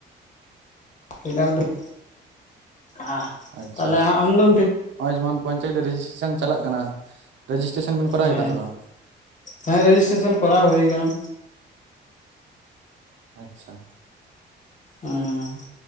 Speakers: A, on the left; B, on the right.
A: <unintelligible> ᱟᱜ
B: ᱟᱪᱪᱷᱟ
A: ᱛᱟᱦᱞᱮ ᱟᱢ ᱫᱚ
B: ᱱᱚᱜᱼᱚᱭ ᱡᱮᱢᱚᱱ ᱯᱚᱧᱪᱟᱭᱮᱛ ᱨᱮᱡᱤᱥ ᱴᱨᱮᱥᱚᱱ ᱪᱟᱞᱟᱜ ᱠᱟᱱᱟ ᱨᱮᱡᱤᱥᱴᱮᱥᱚᱱ ᱵᱮᱱ ᱠᱚᱨᱟᱣ
A: ᱦᱮᱸ
B: ᱠᱮᱫᱟ ᱥᱮ ᱵᱟᱝ
A: ᱦᱮᱸ ᱨᱮᱡᱤᱥᱴᱮᱥᱚᱱ ᱠᱚᱨᱟᱣ ᱦᱩᱭ ᱠᱟᱱᱟ
B: ᱟᱪᱪᱷᱟ
A: ᱦᱮᱸ